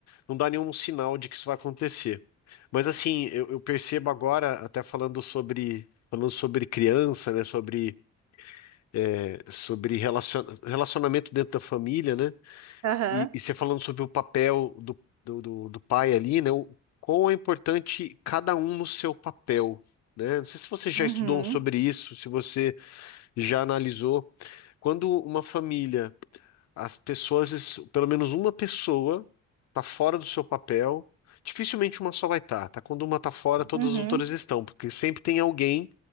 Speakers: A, on the left (about 65°); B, on the right (about 60°).
A: não dá nenhum sinal de que isso vai acontecer. Mas, assim, eu, eu percebo agora, até falando sobre, falando sobre criança, né? Sobre, é, sobre relacion, relacionamento dentro da família, né?
B: Aham.
A: E, e você falando sobre o papel do, do, do, do pai ali, né? O, quão é importante cada um no seu papel. Né? Não sei se você já
B: Uhum.
A: estudou sobre isso, se você já analisou quando uma família as pessoas, pelo menos uma pessoa, tá fora do seu papel. Dificilmente uma só vai estar, tá? Quando uma tá fora, todas
B: Uhum.
A: as outras estão, porque sempre tem alguém